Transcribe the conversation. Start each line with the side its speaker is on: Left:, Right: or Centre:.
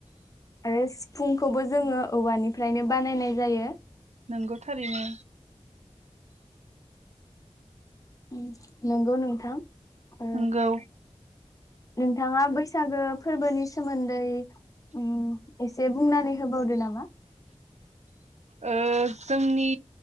Left: आरो सिफुंखौबो जोङो औवानिफ्रायनो बानायनाय जायो।
Right: नंगौ थारैनो।
Left: उम नंगौ नोंथां। ओ
Right: नंगौ।
Left: नोंथाङा बैसागो फोरबोनि सोमोन्दै उम एसे बुंनानै होबावदो नामा।
Right: ओ जोंनि